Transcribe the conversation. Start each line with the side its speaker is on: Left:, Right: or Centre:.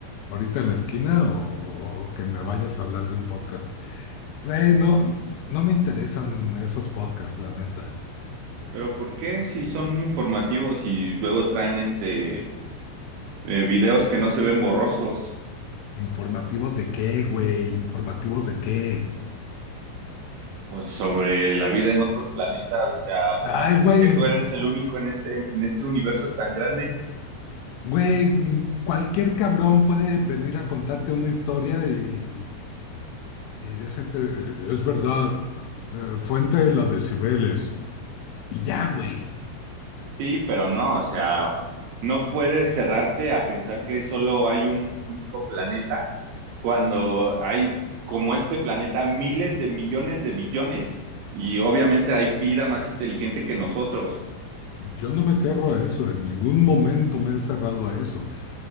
Left: ahorita en la esquina o, o- o que me vayas a hablar de un podcast. Güey, no, no me interesan esos podcasts, la neta.
Right: pero ¿por qué si son informativos y luego traen este eh, videos que no se ven borrosos,
Left: ¿Informativos de qué, güey? ¿Informativos de qué?
Right: pues sobre la vida en otros planetas, o sea, ¿a poco
Left: Ay,
Right: piensas
Left: güey,
Right: que tú eres el único en este en este universo tan grande?
Left: güey, mm, cualquier cabrón puede venir a contarte una historia y, y decirte, es verdad, eh, fuente de la de Cibeles. Y ya, güey.
Right: Sí, pero no, o sea, no puedes cerrarte a pensar que solo hay un único planeta cuando hay como este planeta miles de millones de billones y obviamente hay vida más inteligente que nosotros.
Left: Yo no me cierro a eso, en ningún momento me he cerrado a eso.